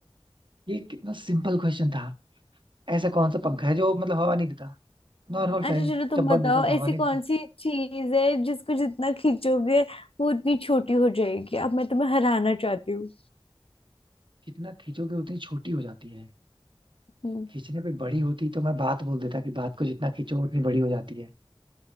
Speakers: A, on the right; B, on the left.
A: ये कितना सिंपल क्वेश्चन था ऐसा कौन सा पंखा है जो मतलब हवा नहीं देता नॉर्मल फैन
B: अच्छा चलो तुम
A: जब बंद
B: बताओ
A: होता है तो
B: ऐसी
A: हवा नहीं
B: कौन
A: देता
B: सी चीज है जिसको जितना खींचोगे वो उतनी छोटी हो जाएगी अब मैं तुम्हें हराना चाहती हूँ
A: जितना खींचोगे उतनी छोटी हो जाती है
B: हम्म,
A: खींचने पे बड़ी होती तो मैं बात बोल देता कि बात को जितना खींचो उतनी बड़ी हो जाती है